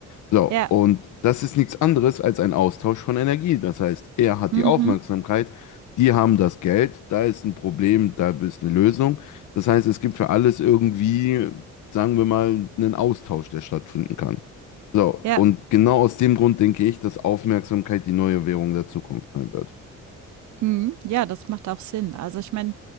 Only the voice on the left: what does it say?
So,
und das ist nichts anderes als ein Austausch von Energie. Das heißt, er hat
die Aufmerksamkeit, die haben das Geld, da ist ein Problem, da ist eine Lösung. Das heißt, es gibt für alles irgendwie, sagen wir mal, einen Austausch, der stattfinden kann. So,
und genau aus dem Grund denke ich, dass Aufmerksamkeit die neue Währung der Zukunft sein wird.